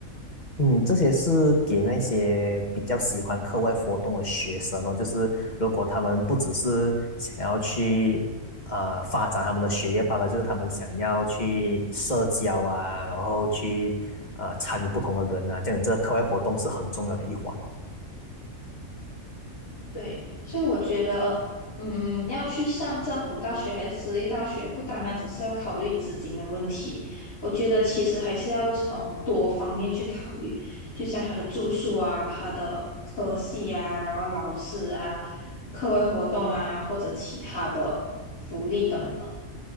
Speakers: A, on the left (about 30°); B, on the left (about 75°).
A: 嗯，这些是给那些比较喜欢课外活动的学生哦，就是如果他们不只是想要去呃发展他们的学业罢了，就是他们想要去社交啊，然后去呃参与不同的人啊，这样这个课外活动是很重要的一环哦。
B: 对，所以我觉得，嗯，要去上政府大学还是私立大学，不单单只是要考虑资金的问题，我觉得其实还是要从多方面去考虑，就像他的住宿啊、他的科系啊，然后老师啊、课外活动啊，或者其他的福利等等。